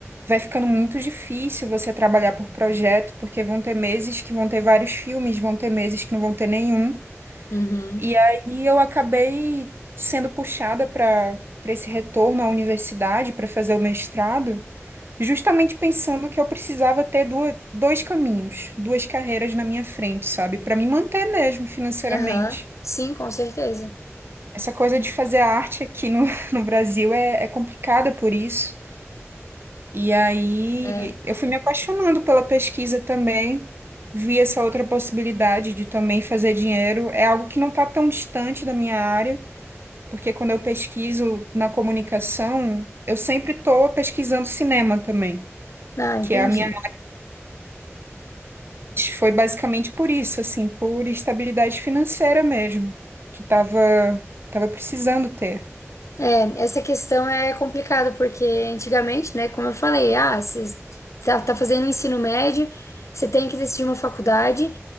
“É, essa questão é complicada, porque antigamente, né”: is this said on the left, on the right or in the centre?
Left